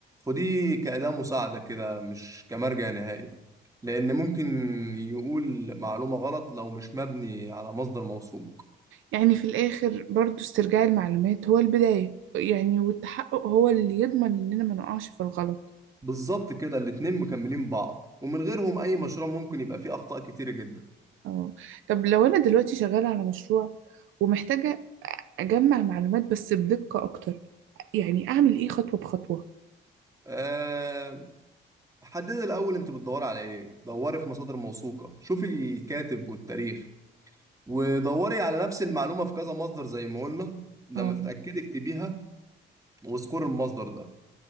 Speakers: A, on the right; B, on the right.
A: خديه كأداة مساعدة كده مش كمرجع نهائي لأن ممكن يقول معلومة غلط لو مش مبني على مصدر موثوق
B: يعني في الاخر برضو استرجاع المعلومات هو البداية يعني والتحقق هو اللي يضمن اننا ما نقعش في الغلط
A: بالظبط كده الاتنين مكملين بعض ومن غيرهم أي مشروع ممكن يبقى فيه أخطاء كتير جدا
B: اه طب لو انا دلوقتي شغالة على مشروع ومحتاجة أجمع معلومات بس بدقة أكتر يعني أعمل إيه خطوة بخطوة
A: أه حددي الأول أنت بتدوري على إيه دوري في مصادر موثوقة شوفي الكاتب والتاريخ ودوري على نفس المعلومة في كذا مصدر زي ما قلنا لما
B: اه
A: تتأكدي اكتبيها وذكور المصدر ده